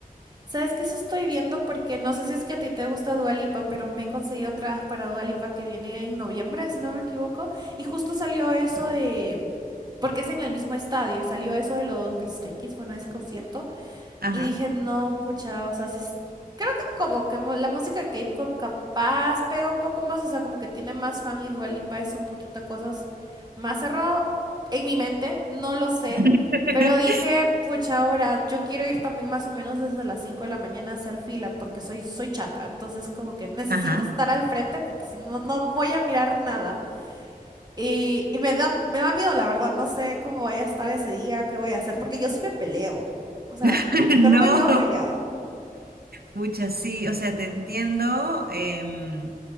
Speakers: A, on the right (about 25°); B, on the right (about 85°).
A: ¿Sabes qué? Eso estoy viendo porque no sé si es que a ti te gusta Dua Lipa, pero me he conseguido entradas para Dua Lipa que viene en noviembre, si no me equivoco. Y justo salió eso de... porque es en el mismo estadio y salió eso de los del Stray Kids, bueno, ese concierto.
B: Ajá.
A: Y dije, no, pucha, o sea, sí, es- creo que como que mo- la música K-pop capaz pega un poco más, o sea, como que tiene más fan y Dua Lipa es un poquito cosas más cerrado en mi mente, no lo sé,
B: <laughs>
A: pero dije, pucha, ahora yo quiero ir también más o menos desde las 5 de la mañana a hacer fila porque soy, soy chata, entonces como que necesito
B: Ajá.
A: estar al frente porque si no, no voy a mirar nada. Y, y me da, me da miedo, la verdad, no sé cómo voy a estar ese día, qué voy a hacer, porque yo sí me peleo. O sea,
B: <laughs> No.
A: yo no me quedo callada.
B: muchas sí, o sea, te entiendo, em,